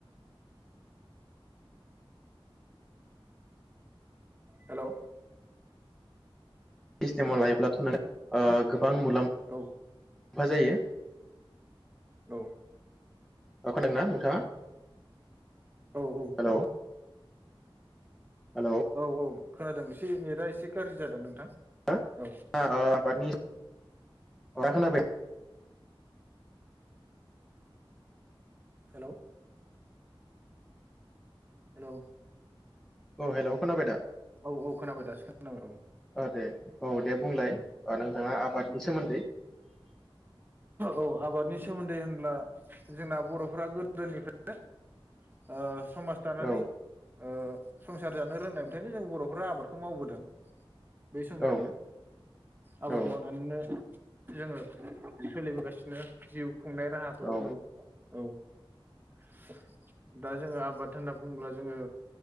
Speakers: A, on the right; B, in the centre.
A: हेलौ
B: इस्टेमाव लायोब्लाथ' नोंङो आ बां मुलाम
A: औ
B: फा जायो।
A: औ
B: अ खोनादोंना नोंथाङा?
A: औ औ।
B: हेलौ हेलौ
A: औ औ खोनादों एसे नेटआ एसे गाज्रि जादों नोंथां?
B: हो
A: औ
B: ओ आबादनि <unintelligible> खोनादों
A: हेलौ हेलौ
B: औ हेलौ खोनाबाय दा?
A: औ औ खोनाबाय दासो खोनाबाय औ
B: औ दे औ दे बुंलाय
A: औ
B: अ नोंथाङा आबादनि सोमोन्दै।
A: औ आबादनि सोमोन्दै होनब्ला जोंना बर'फ्रा गोदोनिफ्रायनो ओ समाज दानानै
B: औ
A: ओ संसार जानो रोंनायफ्रायनो जों बर'फ्रा आबादखौ मावबोदों। बै समनिफ्रायनो
B: औ
A: आबाद
B: औ
A: मावनानैनो जोङो सोलिबोगासिनो जिउ खुंनाय राहाखौ
B: औ
A: जोङो औ। <inaudible> दा जोङो आबाद होनना बुङोब्ला जोङो